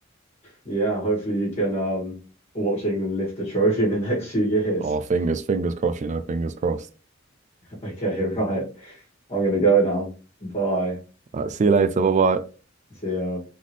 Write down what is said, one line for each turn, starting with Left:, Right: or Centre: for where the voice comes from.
Left: Yeah, hopefully you can um watch England lift the trophy in the <laughs> next few years.
Right: Oh,
Left: <laughs>
Right: fingers, fingers crossed, you know, fingers crossed.
Left: Okay, right. I'm gonna go now. Bye.
Right: All right, see you later. Bye bye.
Left: See ya.